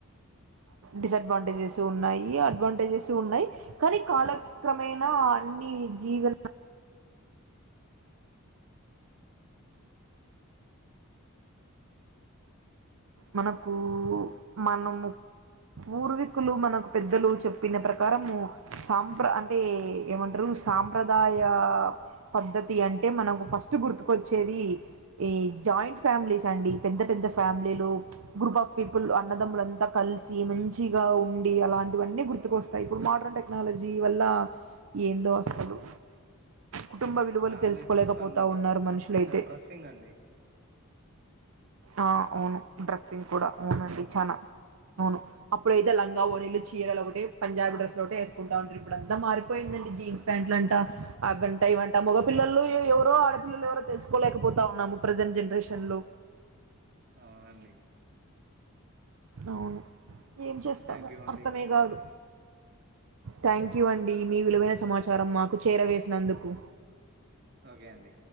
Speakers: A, on the right (about 70°); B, on the right (about 50°).
A: డిసడ్వాంటేజెస్ ఉన్నాయి అడ్వాంటేజెస్ ఉన్నాయి కానీ కాలక్రమేణ అన్ని జీవన మనకు మనము పూర్వీకులు మనకు పెద్దలు చెప్పిన ప్రకారము సాంప్ర అంటే ఏమంటారు సాంప్రదాయ పద్ధతి అంటే మనకు ఫస్ట్ గుర్తుకొచ్చేది ఈ జాయింట్ ఫ్యామిలీ పెద్ద పెద్ద ఫ్యామిలీలు గ్రూప్ ఆఫ్ పీపుల్ అన్నదమ్ములంతా కలిసి మంచిగా ఉండి అలాంటి ఇవన్నీ
B: అవునండి
A: గుర్తుకొస్తా ఇప్పుడు మడన్ టెక్నాలజీ వల్ల ఏందో అసలు కుటుంబ విలువలు
B: ఫ్యామిలీస్
A: తెలుసుకోలేకపోతూ
B: అండ్ డ్ర
A: ఉన్నారు
B: డ్రెస్సింగ్
A: మనుషులైతే
B: డ్రెస్సింగ్ అండి
A: ఆ అవును డ్రెస్సింగ్ కూడా అవునండి చాలా అవును అప్పుడైతే లంగా ఓ నళ్లు చీరలో ఒకటి పంజాబీ డ్రెస్ లో ఒకటి వేసుకుంటా ఉండారు ఇప్పు అంత మారిపోయిందండి జీన్స్ ప్యాంట్లుంటా అవంట ఇవంట మగ పపిల్లలు ఎవరో ఆడపిల్లలు ఎవరో తెలుసుకోలేకపోతా ఉన్నాము ప్రజెంట్ జనరేషన్ లో
B: అవునండి
A: అవును ఏం చేస్తాము
B: థ్యాంక్ యూ అండి
A: అర్థమే కాదు థ్యాంక్ యూ అండి మీ విలువైన సమాచారం చారం మాకు చేర వేసినందుకు
B: ఓకే అండి